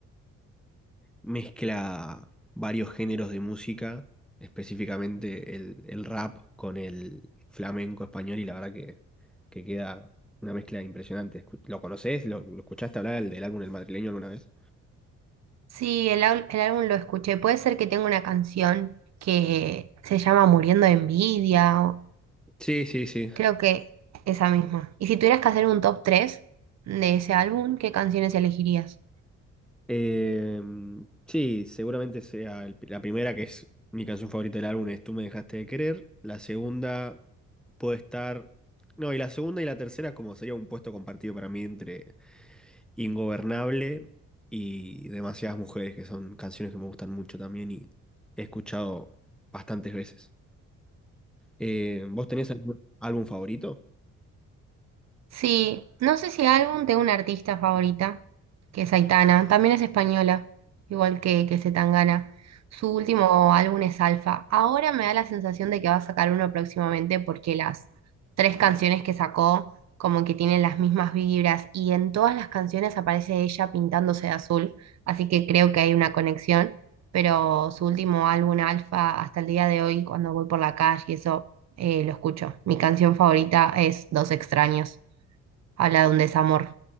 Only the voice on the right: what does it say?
Sí, el, au- el álbum lo escuché. Puede ser que tenga una canción que se llama Muriendo de Envidia. o-
Creo que esa misma. Y si tuvieras que hacer un top 3 de ese álbum, ¿qué canciones elegirías?
Sí, no sé si álbum tengo una artista favorita, que es Aitana, también es española, igual que, que Zetangana. Su último álbum es Alfa. Ahora me da la sensación de que va a sacar uno próximamente porque las tres canciones que sacó como que tienen las mismas vibras y en todas las canciones aparece ella pintándose de azul, así que creo que hay una conexión, pero su último álbum Alfa hasta el día de hoy, cuando voy por la calle y eso, eh, lo escucho. Mi canción favorita es Dos extraños. Habla de un desamor.